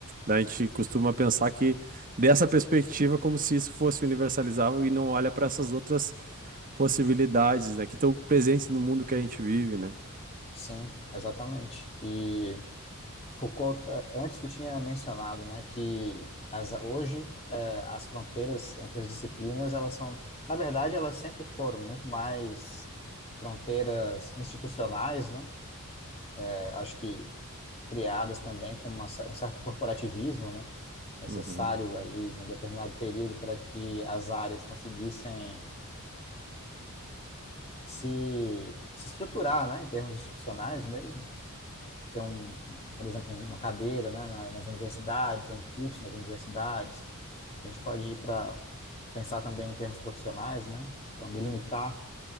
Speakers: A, on the right (about 40°); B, on the left (about 30°).
A: A gente costuma pensar que dessa perspectiva como se isso fosse universalizável e não olha para essas outras possibilidades, né? Que estão presentes no mundo que a gente vive, né?
B: Sim, exatamente. E Foucault, eh, antes tu tinha mencionado, né, que as, hoje As fronteiras entre as disciplinas, elas são, na verdade, elas sempre foram muito mais fronteiras institucionais, né? É, acho que criadas também com uma cer- um certo corporativismo, né? Necessário
A: Uhum,
B: ali em um determinado período para que as áreas conseguissem se, se estruturar, né? Em termos institucionais mesmo. Ter um, por exemplo, uma cadeira, né? na- Nas universidades, um curso nas universidades. A gente pode ir para pensar também em termos profissionais, né? Então, delimitar